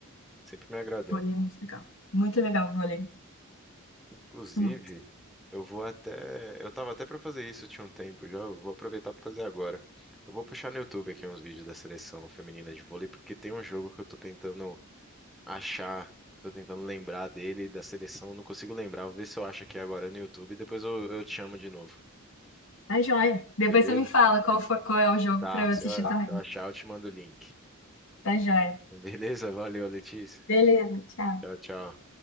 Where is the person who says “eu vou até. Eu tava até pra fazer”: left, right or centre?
Centre